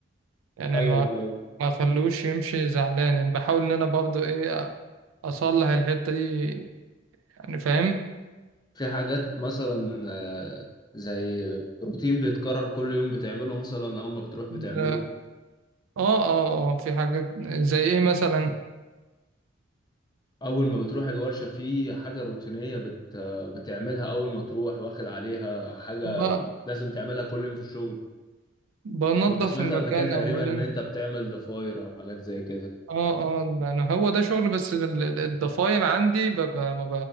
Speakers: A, on the right (about 80°); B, on the left (about 20°).
A: يعني
B: ايوه
A: ما
B: ايوه
A: ما أخلوش يمشي زعلان يعني بحاول إن أنا برضه إيه أصلح الحتة دي يعني فاهم؟
B: في حاجات مثلا آه، زي روتين بيتكرر كل يوم بتعمله مثلا اول ما بتروح بتعمله
A: ده- آه آه آه في حاجات زي إيه مثلا
B: اول ما بتروح الورشة في حاجة روتينية بت آه، بتعملها اول ما تروح واخد عليها حاجة
A: ب-
B: لازم تعملها كل يوم في الشغل
A: بنضف
B: كنت سمعت
A: المكان
B: قبل كده تقريبا
A: أولا
B: ان انت بتعمل ضفاير او حاجات زي كده
A: آه آه يعني هو ده شغل بس ال- ال- الضفاير عندي ب- ب- ما